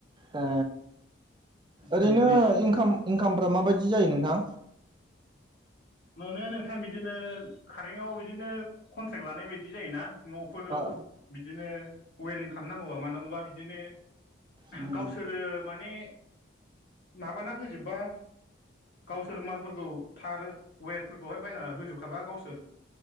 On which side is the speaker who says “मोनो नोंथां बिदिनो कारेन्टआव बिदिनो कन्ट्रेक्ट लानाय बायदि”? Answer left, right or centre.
Left